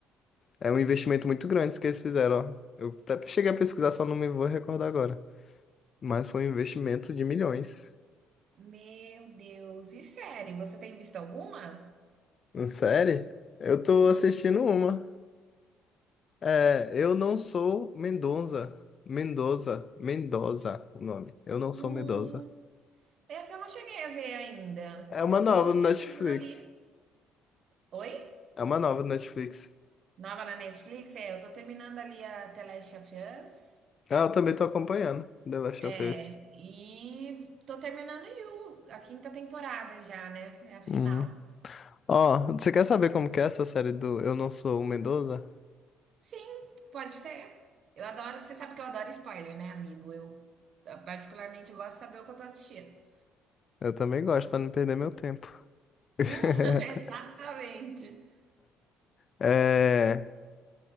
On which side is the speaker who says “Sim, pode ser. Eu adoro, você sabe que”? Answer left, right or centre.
Right